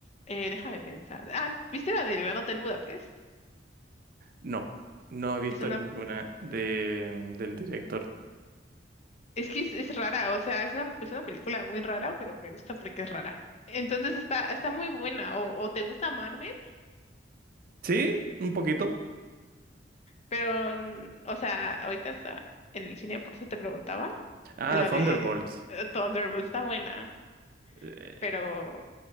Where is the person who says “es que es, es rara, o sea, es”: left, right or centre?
Left